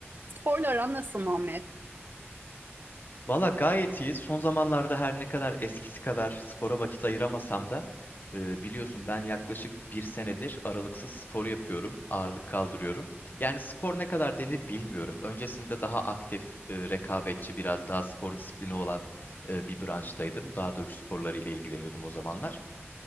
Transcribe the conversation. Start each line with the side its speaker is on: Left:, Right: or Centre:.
Right: Sporla aran nasıl Muhammed?
Left: Valla gayet iyi. Son zamanlarda her ne kadar eskisi kadar spora vakit ayıramasam da e, biliyorsun ben yaklaşık bir senedir aralıksız spor yapıyorum, ağırlık kaldırıyorum. Yani spor ne kadar denir bilmiyorum. Öncesinde daha aktif, e, rekabetçi, biraz daha spor disiplini olan e, bir branştaydım. Daha dövüş sporları ile ilgileniyordum o zamanlar.